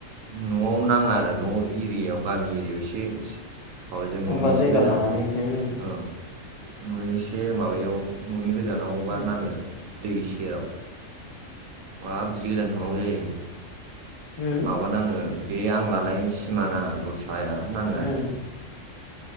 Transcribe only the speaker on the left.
मबेबा
जायगा
लानानै
इसे हो
उम
उम
उम